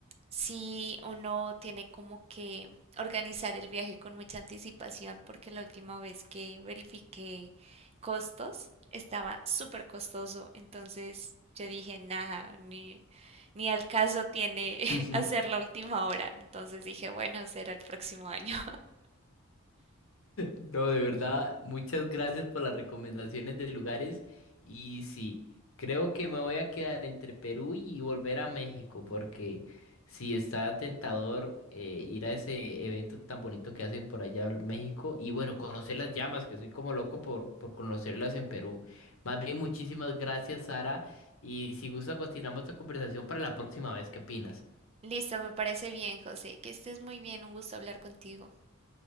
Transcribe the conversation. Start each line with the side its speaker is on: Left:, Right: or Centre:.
Right: sí uno tiene como que organizar el viaje con mucha anticipación porque la última vez que verifiqué costos estaba súper costoso, entonces yo dije, nada, ni, ni al caso tiene
Left: <laughs>
Right: <laughs> hacer la última hora, entonces dije, bueno, será el próximo año.
Left: No, de verdad, muchas gracias por las recomendaciones de lugares. Y sí, creo que me voy a quedar entre Perú y volver a México, porque sí está tentador eh, ir a ese evento tan bonito que hacen por allá en México. Y bueno, conocer las llamas, que soy como loco por, por conocerlas en Perú. Más bien, muchísimas gracias, Sara. Y si gusta, continuamos esta conversación para la próxima vez. ¿Qué opinas?
Right: <laughs> Listo, me parece bien, José, que estés muy bien, un gusto hablar contigo.